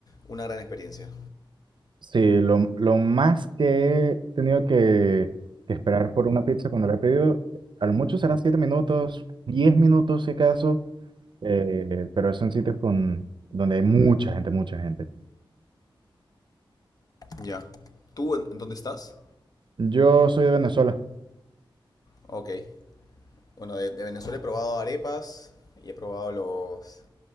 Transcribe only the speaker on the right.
Sí, lo, lo más que he tenido que, que esperar por una pizza cuando la he pedido, a lo mucho serán 7 minutos, 10 minutos si acaso, eh, pero son sitios con, donde hay mucha gente, mucha gente.
Yo soy de Venezuela.